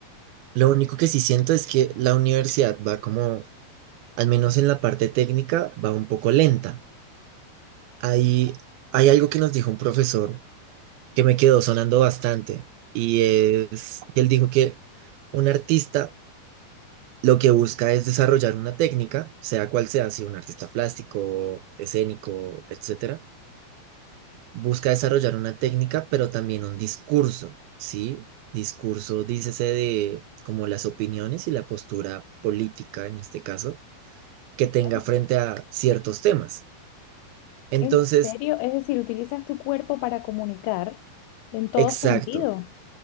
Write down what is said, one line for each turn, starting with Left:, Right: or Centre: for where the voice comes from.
Right: lo único que sí siento es que la universidad va como, al menos en la parte técnica, va un poco lenta. Hay, hay algo que nos dijo un profesor que me quedó sonando bastante y es que él dijo que un artista lo que busca es desarrollar una técnica, sea cual sea, si un artista plástico, escénico, etcétera, busca desarrollar una técnica, pero también un discurso, ¿sí? Discurso, dícese de como las opiniones y la postura política, en este caso, que tenga
Left: Oh,
Right: frente a ciertos temas. Entonces,
Left: ¿En serio? Es decir, utilizas tu cuerpo para comunicar en todo
Right: exacto,
Left: sentido.